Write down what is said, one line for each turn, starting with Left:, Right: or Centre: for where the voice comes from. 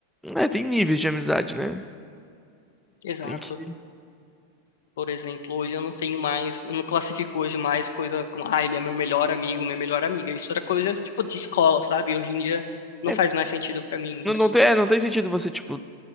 Centre: é, tem níveis de amizade, né?
Left: Exato.
Centre: Você tem que,
Left: Por exemplo, hoje eu não tenho mais, eu não classifico hoje mais coisa como, ah, ele é meu melhor amigo, minha melhor amiga. Isso era coisa, tipo, de escola, sabe? Hoje em dia não
Centre: é,
Left: faz mais sentido para mim
Centre: não,
Left: isso.
Centre: não tem, é, não tem sentido você, tipo,